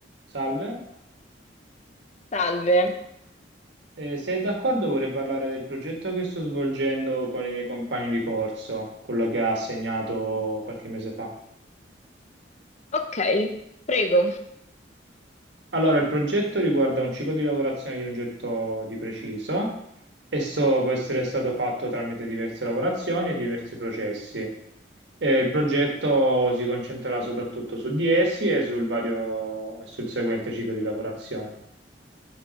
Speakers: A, on the right; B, on the left.
A: Salve,
B: Salve.
A: Eh, se è d'accordo vorrei parlare del progetto che sto svolgendo con i miei compagni di corso, quello che ha assegnato qualche mese fa.
B: Ok, prego.
A: Allora, il progetto riguarda un ciclo di lavorazione di un getto di preciso. Esso può essere stato fatto tramite diverse lavorazioni e diversi processi. E il progetto si concentrerà soprattutto su di essi e sul vario- sul seguente ciclo di lavorazione.